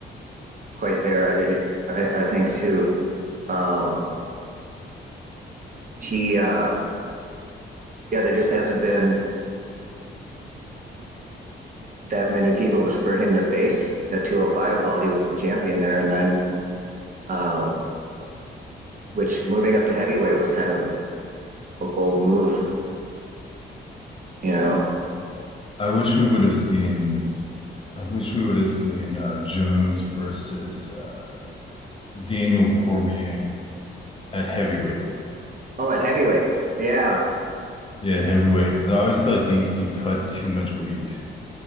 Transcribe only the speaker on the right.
quite there. I I, I think too. Um, he uh, yeah, there just hasn't been that many people for him to face at 205 while he was the champion there, and then uh, which moving up to heavyweight was kind of a, a bold move, you know.
Oh, at heavyweight, yeah.